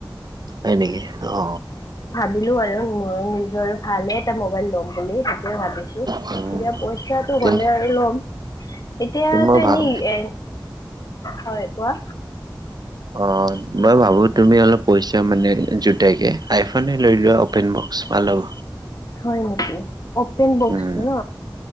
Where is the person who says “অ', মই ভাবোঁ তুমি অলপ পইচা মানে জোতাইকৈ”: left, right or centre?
Right